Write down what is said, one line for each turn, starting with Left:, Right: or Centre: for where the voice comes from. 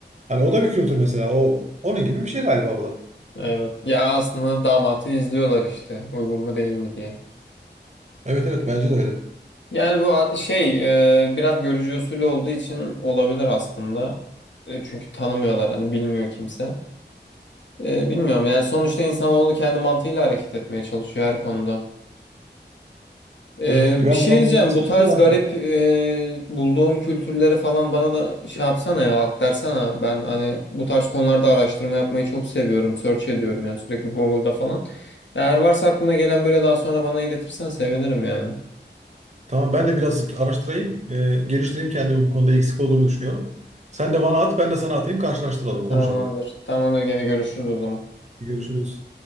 Right: Hani o da bir kültür mesela. O onun gibi bir şey galiba bu da.
Left: evet. Ya aslında damatı izliyorlar işte. Uygun mu değil mi diye.
Right: Evet evet bence de öyle.
Left: Yani bu a- şey e, biraz görücü usulü olduğu için olabilir aslında. E, çünkü tanımıyorlar hani bilmiyor kimse. E, bilmiyorum yani sonuçta insanoğlu kendi mantığıyla hareket etmeye çalışıyor her konuda. Ee,
Right: Evet güven
Left: bir şey
Right: bağımlı
Left: diyeceğim
Right: oluşması
Left: bu
Right: için
Left: tarz
Right: de lazım.
Left: garip e, bulduğun kültürleri falan bana da şey yapsana ya aktarsana ben hani bu tarz konularda araştırma yapmayı çok seviyorum search ediyorum yani sürekli Google'da falan eğer varsa aklına gelen böyle daha sonra bana iletirsen sevinirim yani
Right: Tamam ben de biraz araştırayım, e, geliştireyim kendimi bu konuda eksik olduğumu düşünüyorum. Sen de bana at, ben de sana atayım, karşılaştıralım, konuşalım.
Left: tamamdır tamamdır gene görüşürüz o zaman.
Right: Görüşürüz.